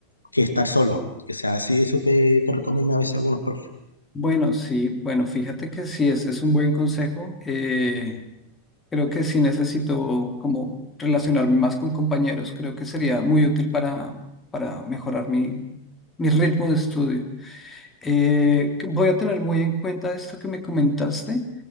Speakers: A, on the left (about 80°); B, on the left (about 15°).
A: que estar solo. O sea, sí, eso te, te recomienda a veces algunos profesores.
B: Bueno, sí, bueno, fíjate que sí, ese es un buen consejo. eh, creo que sí necesito como relacionarme más con compañeros, creo que sería muy útil para, para mejorar mi, mi ritmo de estudio. Eh, que voy a tener muy en cuenta esto que me comentaste.